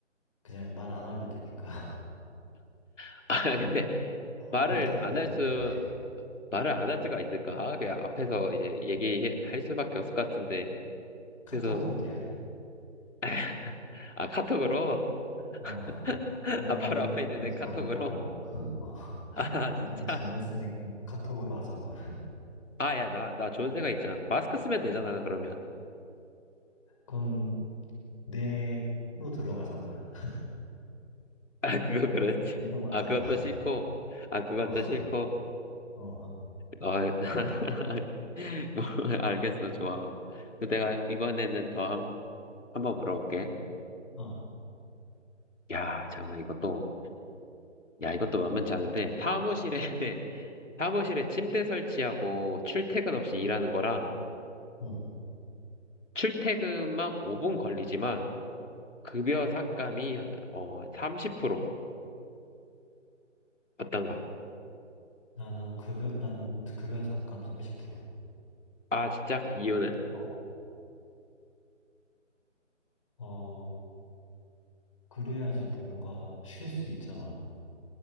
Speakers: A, on the left; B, on the left.
A: 그냥 말 안 하면 되니까.
B: <laughs> 아, 근데
A: <laughs>
B: 말을
A: 입 닫고
B: 안
A: 있어야지.
B: 할 수, 말을 안 할 수가 있을까? 그냥 앞에서 이제 얘기할 수밖에 없을 것 같은데.
A: 카톡으로
B: 그래서,
A: 돼야 해야지.
B: <laughs> 아, 카톡으로? <laughs>
A: 어, 나
B: 아,
A: 오늘
B: 바로 앞에 있는데
A: 양치
B: 카톡으로?
A: 안 했다고. <laughs> 어,
B: <laughs> 아, 진짜?
A: 양치 안 했으니까 카톡으로 하자고.
B: 아, 야, 나, 나 좋은 생각 있잖아. 마스크 쓰면 되잖아, 그러면.
A: 그럼 내 코로 들어가잖아. <laughs>
B: <laughs> 아, 그거 그렇지.
A: 내가 맞잖아.
B: 아, 그것도 싫고. 아, 그것도
A: 어,
B: 싫고.
A: 어.
B: 어, <laughs> 뭐, 알겠어, 좋아. 내가 이번에는 더 한, 한번 물어볼게.
A: 어.
B: 야, 잠깐만, 이것도, 야, 이것도 만만치 않은데, 사무실에, <laughs> 사무실에 침대 설치하고 출퇴근 없이 일하는 거랑,
A: 응,
B: 출퇴근만 5분 걸리지만, 급여 삭감이, 어, 30% 어떤가?
A: 나는 급여, 난 급여 삭감 30%.
B: 아, 진짜? 이유는?
A: 어, 어, 그래야지 뭔가 쉴 수 있잖아.